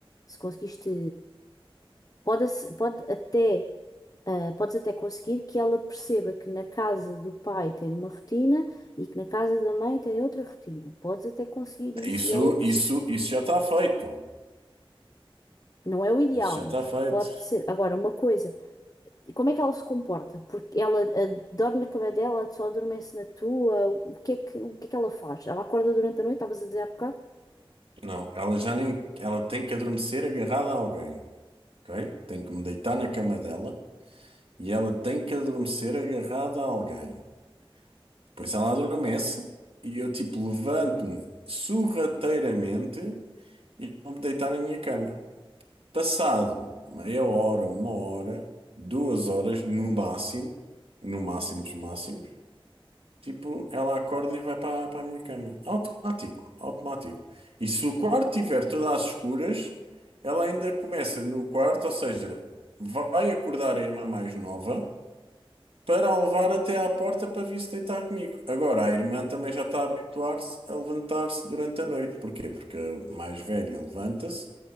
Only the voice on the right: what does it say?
Isso,
isso, isso já está feito.
Isso já está
feito.
Não, ela já nem, ela tem que adormecer agarrada a alguém, ok? Tem que me deitar na cama dela e ela tem que adormecer agarrada a alguém. Pois ela adormece e eu tipo levanto-me sorrateiramente e vou-me deitar na minha cama. Passado meia hora, uma hora, duas horas no máximo, no máximo dos máximos, tipo, ela acorda e vai para para a minha cama. Automático, automático. E se o quarto estiver todo às escuras, ela ainda começa no quarto, ou seja, vai acordar a irmã mais nova para a levar até à porta para vir se deitar comigo. Agora, a irmã também já está a habituar-se a levantar-se durante a noite. Porquê? Porque a mais velha levanta-se